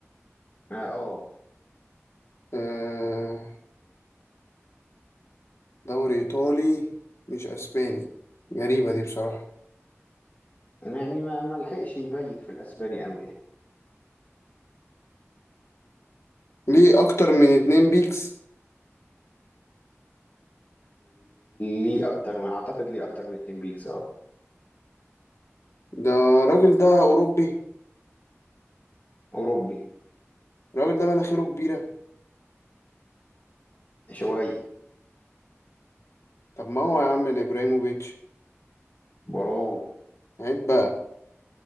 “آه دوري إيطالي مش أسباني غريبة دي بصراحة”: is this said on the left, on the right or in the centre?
Left